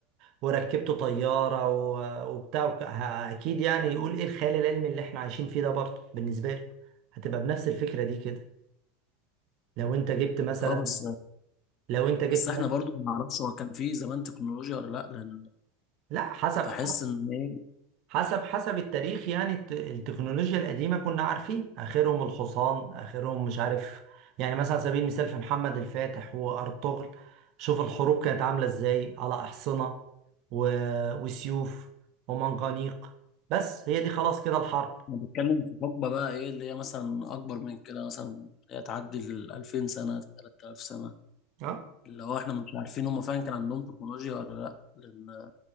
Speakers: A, on the right (about 55°); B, on the left (about 45°).
A: وركبته طياره و... وبتاع وك... ه- اكيد يعني يقول ايه الخيال العلمي اللي احنا عايشين فيه ده برضه بالنسبه لي هتبقى بنفس الفكره دي كده لو انت جبت مثلا
B: اه بس
A: لو انت جبت
B: بس احنا
A: مثلا،
B: برضه ما نعرفش هو كان في زمان تكنولوجيا ولا لا لان
A: لا حسب
B: بحس ان ايه
A: حسب حسب التاريخ يعني الت- التكنولوجيا القديمة كنا عارفين آخرهم الحصان آخرهم مش عارف يعني مثلا على سبيل المثال في محمد الفاتح وأرطغرل شوف الحروب كانت عاملة إزاي على أحصنة و... وسيوف ومنجنيق بس هي دي خلاص كده الحرب
B: احنا بنتكلم في حقبة بقى ايه اللي هي مثلا اكبر من كده مثلا اللي هي تعدي ال 2000 سنة 3000 سنة
A: اه
B: اللي هو احنا مش عارفين هم فعلا كان عندهم تكنولوجيا ولا لا لان